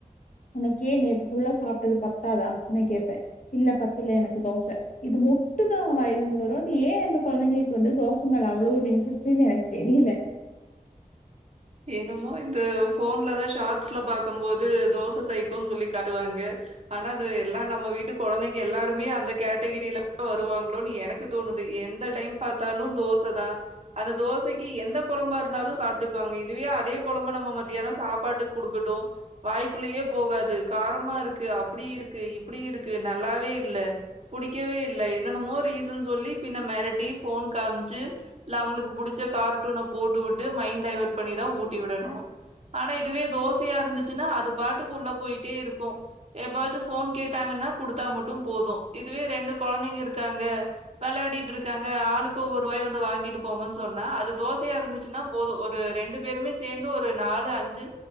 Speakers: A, on the left; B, on the right.
A: உனக்கே நேத்து ஃபுல்லா சாப்ட்டது பத்தாதா நா கேப்பேன் இல்ல பத்தல எனக்கு தோச இது மட்டும் தா அவன் வாயிலருந்து வரும் அது ஏன் அந்த கொழந்தைங்களுக்கு வந்து தோச மேல அவ்வளோ ஒரு இன்ட்ரெஸ்ட்டுன்னு எனக்கு தெரியல
B: என்னமோ இந்த ஃபோன்ல தான் ஷாட்ஸ்ல பாக்கும்போது தோச சைக்கோன் சொல்லி காட்டுவாங்க ஆனா அது எல்லாம் நம்ம வீட்டு கொழந்தைங்க எல்லாருமே அந்த கேட்டகிரில இருந்து வருவாங்களோன்னு எனக்கு தோணுது எந்த டைம் பார்த்தாலு தோச தா அந்த தோசைக்கு எந்த கொழம்பா இருந்தாலு சாப் டுக்குவாங்க இதுவே அதே கொழம்ப நம்ம மதியானோ சாப்பாட்டுக்கு குடுக்கட்டு வாய்க்குள்ளேயே போகாது காரமா இருக்கு அப்டி இருக்கு இப்டி இருக்கு நல்லாவே இல்ல புடிக்கவே இல்ல என்னன்னுமோ ரீசன் சொல்லி பின்ன மிரட்டி போன் காம்ச்சு இல்ல அவங்களுக்கு புடிச்ச கார்ட்டூன போட்டு விட்டு மைண்ட் டைவேர்ட் பண்ணிதா ஊட்டி விடணு ஆனா இதுவே தோசயா இருந்துச்சுன்னா அது பாட்டுக்கு உள்ள போயிட்டே இருக்கு எப்பவாச்சு போன் கேட்டாங்கன்னா குடுத்தா மட்டும் போது இதுவே ரெண்டு கொழந்தைங்க இருக்காங்க விளாடிட்டு இருக்காங்க ஆளுக்கு ஒவ்வொரு வாய் வந்து வாங்கிட்டு போங்கன் சொன்னா அது தோசையா இருந்துச்சுன்னா போது ஒரு ரெண்டு பேருமே சேந்து ஒரு நாலு அஞ்சு